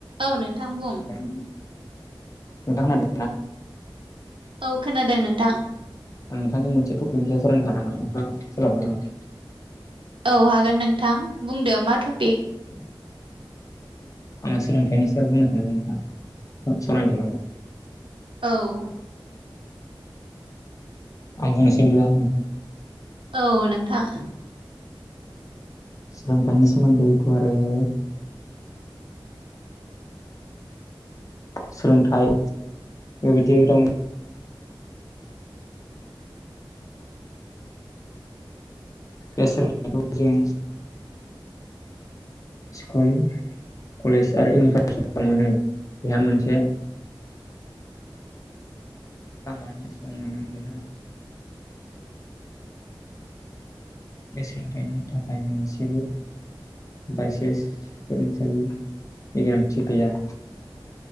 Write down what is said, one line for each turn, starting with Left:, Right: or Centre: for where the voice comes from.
Right: औ नोंथां बुं
Left: <inaudible>
Right: औ खोनादों नोंथां।
Left: नोंथांनि मोनसे टपिकनि सायाव सावरायनो सानदोंमोन नोंथाङा सोलाबगोन ना।
Right: औ हागोन नोंथां बुंदो मा टपिक।
Left: <inaudible> आं सोलोंथाइनि सायाव बुंनो सांसदों सावरायनायाव
Right: औ
Left: आंबो मोनसे बिदिबा
Right: औ नोंथां
Left: सोलोंथाइनि सोमोन्दै गुवारैनो सोलोंथाइ बेबायदि राव बे सोलोंथायखौ जों स्कुल कलेज आरो इउनिभारसिटियाव मोनो बेहाय मोनसे खामानि सम मोनो बेहाय बे सोलोंथाइनि थाखाय मोनसेबो बायसानस फोरोंसालिनि गोनांथि गैया